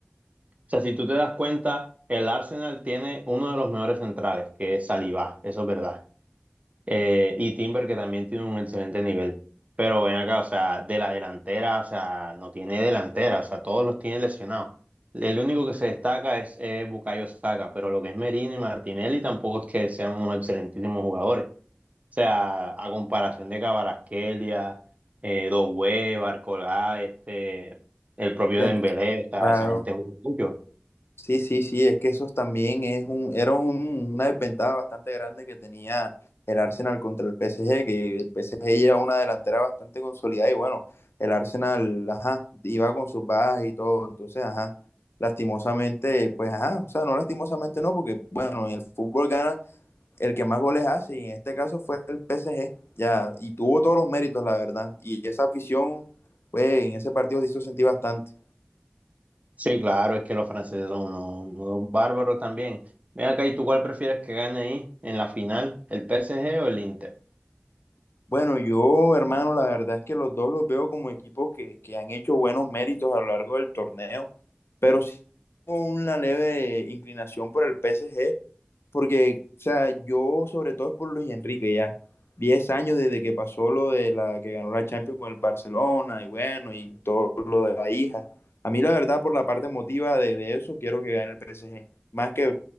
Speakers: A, on the right; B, on the left.
A: o sea, si tú te das cuenta, el Arsenal tiene uno de los mejores centrales, que es Saliba, eso es verdad. Eh, y Timber, que también tiene un excelente nivel. Pero ven acá, o sea, de la delantera, o sea, no tiene delantera, o sea, todos los tiene lesionados. El único que se destaca es, eh, Bukayo Saka, pero lo que es Merino y Martinelli tampoco es que sean unos excelentísimos jugadores. O sea, a comparación de Kvaratskhelia, eh, Doué, Barcola, este, el propio
B: Tem-
A: Dembélé, o sea,
B: Claro.
A: esa gente juega mucho.
B: Sí, sí, sí, es que eso también es un, era un- una desventaja bastante grande que tenía el Arsenal contra el PSG, que el PSG lleva una delantera bastante consolidada y bueno, el Arsenal, ajá, iba con sus bajas y todo, entonces, ajá, lastimosamente, pues, ajá, o sea, no lastimosamente no, porque bueno, en el fútbol gana el que más goles hace y en este caso fue el PSG, ya, y tuvo todos los méritos, la verdad, y esa afición, pues, en ese partido se hizo sentir bastante.
A: Sí, claro, es que los franceses son unos, unos bárbaros también. Ven acá, ¿y tú cuál prefieres que gane ahí en la final, el PSG o el Inter?
B: Bueno, yo, hermano, la verdad es que los dos los veo como equipos que, que han hecho buenos méritos a lo largo del torneo, pero sí tengo una leve inclinación por el PSG, porque, o sea, yo sobre todo es por Luis Enrique ya, 10 años desde que pasó lo de la que ganó la Champions con el Barcelona y bueno, y todo lo de la hija. A mí la verdad, por la parte emotiva de, de eso, quiero que gane el PSG, más que